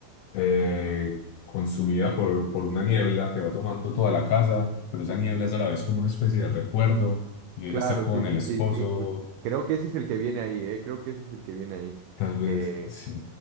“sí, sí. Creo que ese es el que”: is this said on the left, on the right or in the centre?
Right